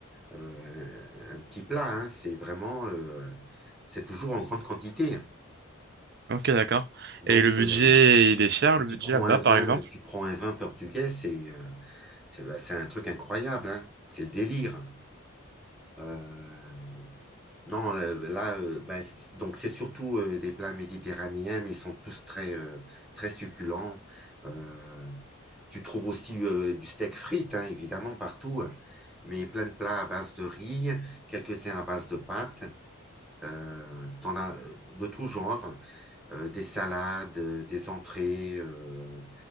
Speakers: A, in the centre; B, on the right (about 50°).
A: euh, un petit plat, hein, c'est vraiment, euh, c'est toujours en grande quantité.
B: Ok, d'accord.
A: Donc,
B: Et le budget,
A: euh,
B: il est cher,
A: et puis
B: le
A: tu
B: budget
A: prends
B: là-bas,
A: un
B: par
A: vin,
B: exemple?
A: tu prends un vin portugais, c'est euh, c'est bah, c'est un truc incroyable, hein, c'est le délire. Euh, non, euh, là, euh, bah, c- donc c'est surtout euh, des plats méditerranéens, mais ils sont tous très euh, très succulents. Euh, Tu trouves aussi euh, du steak frites, hein, évidemment, partout, hein, mais plein de plats à base de riz, quelques-uns à base de pâtes. Euh, t'en as euh, de tout genre, euh, des salades, euh, des entrées, euh,